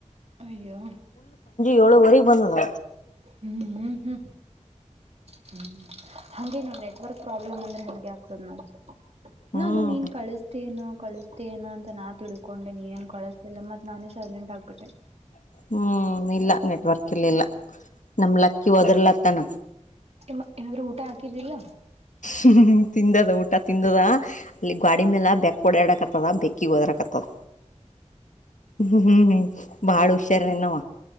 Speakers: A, on the right (about 55°); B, on the left (about 80°).
A: ಅಯ್ಯೋ.
B: ಯೋಳುವರಿ ಬಂದದ.
A: ಹ್ಮೂ ಹ್ಮು ಹ್ಮ್. ಹಂಗೇ ನೋಡು ನೆಟ್ವರ್ಕ್ ಪ್ರಾಬ್ಲಮ್ ಅಂದ್ರೆ ಹಂಗೆ ಆಗ್ತದ ನೋಡ.
B: ಹ್ಮ್
A: ನಾನು ನೀನ್ ಕಳಿಸ್ತಿ ಏನೊ ಕಳಿಸ್ತೇನೋ ಅಂತ ನಾ ತಿಳ್ಕೊಂಡೆ ನೀ ಏನ್ ಕಳಸ್ತಿಲ್ಲ ಮತ್ತ್ ನಾನೇ ಸೈಲೆಂಟ್ ಆಗ್ಬಿಟ್ಟೆ.
B: ಹ್ಮ್ ಇಲ್ಲ ನೆಟ್ವರ್ಕ್ ಇರ್ಲಿಲ್ಲ ನಮ್ ಲಕ್ಕಿ ಓದರ್ಲತ್ತನ.
A: ಇಲ್ಲ ಏನಾದರೂ ಊಟ ಹಾಕಿದ್ದಿಲ್ಲ.
B: ಹ್ಮ ತಿಂದದ ಊಟ ತಿಂದದ. ಇಲ್ಲಿ ಗ್ವಾಡಿ ಮೇಲೆ ಬೆಕ್ಕ್ ಓಡ್ಯಾಡಕತ್. <unintelligible> ಬೆಕ್ಕಿಗೆ ಓದ್ರಾ ಕತ್ತದ ಹ್ಮ ಹ್ಮ್ ಹ್ಮ್ ಬಹಾಳ ಹುಷಾರ ನವ